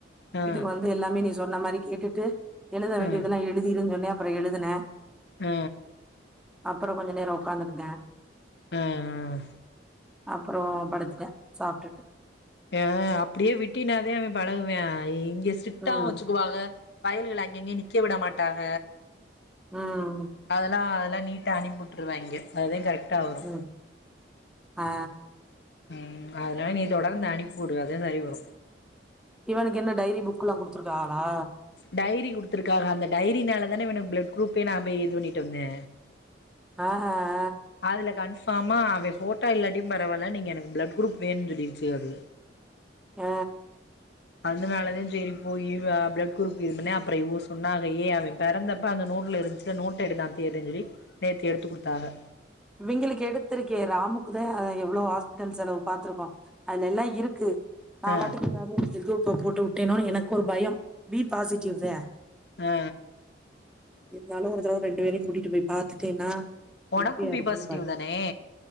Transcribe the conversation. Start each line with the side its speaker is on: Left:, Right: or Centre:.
Left: ஆ
Centre: வீட்டுக்கு வந்து எல்லாமே நீ சொன்ன மாரி கேட்டுட்டு எழுத
Left: ஆ
Centre: வேண்டியதெல்லாம் எழுதிரு சொன்னேன் அப்புறம் எழுதுனேன்
Left: அ
Centre: அப்புறம் கொஞ்ச நேரம் உட்காந்து இருந்தான்
Left: ஆ அ
Centre: அப்புறோம் படுத்துட்ட சாப்ட்டுட்டு
Left: ஆ ஹன் அப்டியே விட்டினா தானே அவன் பழகுவேன் இங்க ஸ்ட்ரிக்ட்டாவு
Centre: ம்
Left: வச்சு வாக பயலுகள அங்கங்கெ நிக்க விட மாட்டாக
Centre: ம்
Left: அதுலா அதுல்லா நீட்டா அனுப்பி விட்ருவாங்கெ அதுதெ கரெக்டா வரு
Centre: ம் ஆ
Left: ம் அதுனால நீ தொடர்ந்து அனுப்பி விடு அதே சரி வரு
Centre: இவனுக்கு என்ன டைரி புக்குல்லா குடுத்துருக்காகளா
Left: டைரி குடுத்துருக்காக அந்த டைரினால தானே இவனுக் பிளட் குரூப்பே நான் போய் இது வண்ணிட்டு வந்தே
Centre: ஆஹ
Left: அதுல கன்ஃபாமா அவெ ஃபோட்டோ இல்லாட்டியு பரவால்ல நீங்க எனக்கு பிளட் குரூப் வேணுன் சொல்லிருச்சுக அதுக
Centre: அ
Left: அதுனாலதெ செரி போயி ஆ பிளட் குரூப் இதுபன்னே அப்பறொ இவுக சொன்னாக ஏ அவெ பெறந்தப்ப அந்த நோட்ல இருந்துச்சு அந்த நோட்ட எடு நா தேட்றேன் சொல்லி நேத்து எடுத்துக் குடுத்தாக
Centre: இவெங்களுக்கு எடுத்திருக்கே ராமுக்குதெ எவ்ளோ ஹாஸ்பிட்டல் செலவு பாத்துருக்கோ அதுல எல்லா இருக்கு நான்
Left: ஆ
Centre: வாட்டுக்கு ஏதாது <inaudible> போட்டு விட்டேனோனு எனக்கு ஒரு பயம் பி பாசிட்டிவ் தெ
Left: அ அ
Centre: இருந்தாலு ஒரு தடவ ரெண்டு வேரையு கூட்டிட்டு போய் பாத்துட்டேன்னா திருப்தியா
Left: ஒனக்கு பி
Centre: இருக்கும்னு
Left: பாசிட்டிவ்
Centre: பாத்
Left: தானே